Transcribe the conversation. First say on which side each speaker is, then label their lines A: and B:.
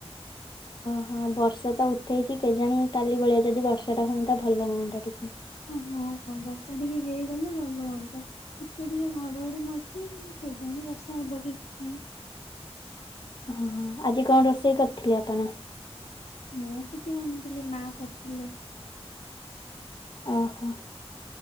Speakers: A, on the left (about 45°); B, on the left (about 85°).
A: ହଁ ବର୍ଷା ତ ଉଠେଇଚି କେଜାଣି କାଲି ଭଳିଆ ଯଦି ବର୍ଷା ଟା ହୁଅନ୍ତା ଭଲ ହୁଅନ୍ତା ଟିକେ।
B: ଅ ହଁ ବର୍ଷା ଟିକେ ହେଇଗଲେ ଭଲ ହୁଅନ୍ତା। ଟିକେ ଟିକେ ଘଡଘଡି ମରୁଛି କେଜାଣି ବର୍ଷା ହବ କି ନାହିଁ।
A: ହଁ ଆଜି କଣ ରୋଷେଇ କରିଥିଲେ ଆପଣ?
B: ମୁଁ କିଛି କରିନଥିଲି ମା କରିଥିଲେ।
A: ଅ ହୋ।